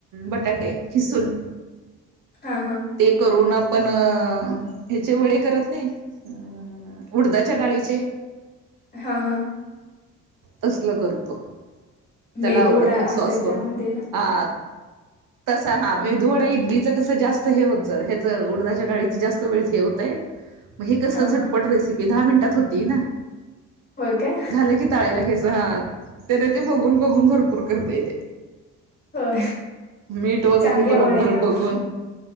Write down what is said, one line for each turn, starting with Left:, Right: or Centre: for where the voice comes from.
Right: बटाटे ह अ खिसून.
Left: हा हा
Right: ते करून आपण ह्याचे वडे करत नाही. हम् उडदाच डाळीचे.
Left: हा हा
Right: तसल करतो त्याला
Left: मेदू
Right: आवडतय
Left: वडा
Right: सॉस
Left: असते
Right: बरोबर.
Left: त्यामध्ये ना?
Right: हा तसा हा
Left: हं,
Right: मेदू
Left: हं,
Right: वडा
Left: हं.
Right: इडली. जास्त होतय हे होत उडदा ाच्य डाळी जास्त वेळ होतय मग हे कस
Left: हां,
Right: झटपट
Left: हां.
Right: रेसपी. <unintelligible> दहा मिनटात होती ना
Left: होय काय?
Right: झालं की तळायला घ्यायच हा त्याने ते बघून बघून भरपूर करतय तेे
Left: होय.
Right: मीठ वगैरे
Left: चांगली आवड
Right: बरोबर
Left: आहे की आम्हा
Right: बघून.